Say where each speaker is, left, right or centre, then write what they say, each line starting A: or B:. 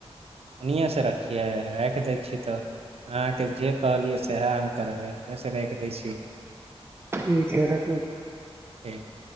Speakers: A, on the right; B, on the right.
A: ओनिएँ से रखियै राइख दै छी तऽ अहाँके जे कहलियै सएह हम करबै इहे से राइख दै छी
B: ठीक है रखू
A: <inaudible>